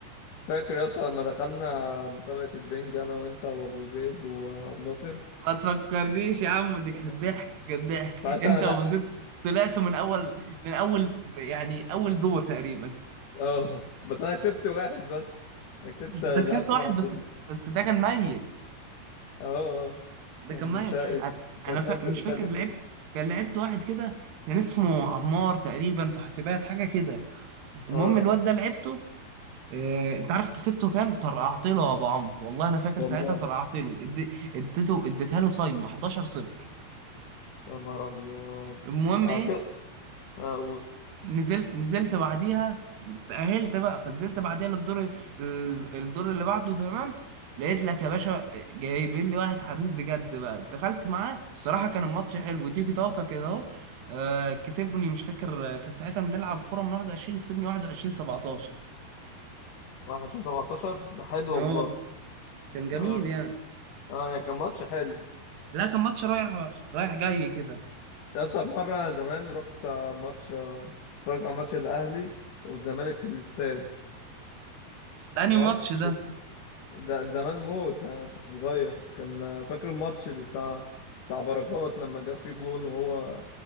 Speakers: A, on the left (about 55°); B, on the right (about 70°).
A: فاكر يا اسطى لما دخلنا مسابقه البنج انا وانت وابو زيد وابو ناصر
B: ما تفكرنيش يا عم دي كانت
A: تمام.
B: ضحك كانت ضحك
A: ساعتها
B: انت
A: انا
B: وزيد
A: <laughs> لا
B: طلعت من اول من اول يعني اول دور تقريبا
A: اه بس انا كسبت واحد بس انا كسبت
B: انت
A: لعبت
B: كسبت واحد
A: مع عبد
B: بس
A: الن-
B: بس ده كان ميت
A: اه اه
B: ده
A: كان
B: كان
A: مش
B: معايا
A: ه- كان
B: انا
A: مش
B: فا...
A: قد
B: مش
A: مش
B: فاكر
A: قد كده
B: لعبت كان لعبت واحد كده كان اسمه عمار تقريبا في حاسبات حاجه كده المهم
A: اه
B: الواد ده لعبته آه... انت عارف كسبته كام طرقعت له يا ابو عمرو والله انا فاكر
A: والله
B: ساعتها طرقعت له ادي... اديته اديتها له صايمه 11 صفر
A: يا نهار ابيض
B: المهم
A: آه
B: ايه
A: كده اه قول
B: نزلت نزلت بعديها تأهلت بقى فنزلت بعديها للدور ال- الدور اللي بعده تمام لقيت لك يا باشا جايبين لي واحد حريف بجد بقى دخلت معاه الصراحة كان الماتش حلو تيكي تاكا كده اهو آه، كسبني مش فاكر آه، كان ساعتها بنلعب فورة من 21 كسبني 21 17
A: 21 17 ده حلو
B: اه
A: والله
B: كان جميل
A: اه
B: يعني
A: اه يا كان ماتش حلو
B: لا كان ماتش رايح رايح جاي كده
A: يا اسطى في مرة زمان رحت ماتش اتفرجت على ماتش الأهلي والزمالك في الاستاد
B: ده انهي
A: تمام
B: ماتش ده
A: ده ده زمان موت أنا كنت صغير كان فاكر الماتش اللي بتاع بتاع بركات لما جاب فيه جون وهو